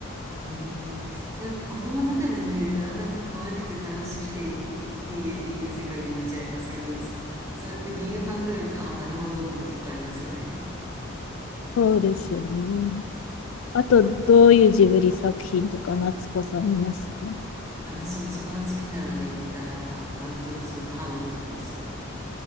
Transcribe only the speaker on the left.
そうですよね。あと、どういうジブリ作品とか、夏子さんいますか